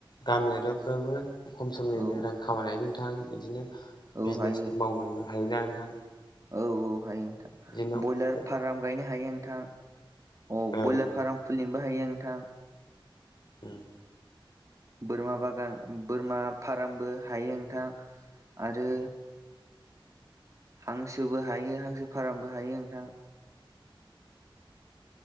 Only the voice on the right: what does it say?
औ
औ
हायो
औ औ हायो नोंथां।
ब्रयलार
फार्म गायनो हायो नोंथां अ
ब्रयलार फार्म खुलिनोबो हायो नोंथां।
बोरमा बागान बोरमा फारामबो हायो नोंथां आरो। हांसोबो हायो हांसो फारामबो हायो नोंथां।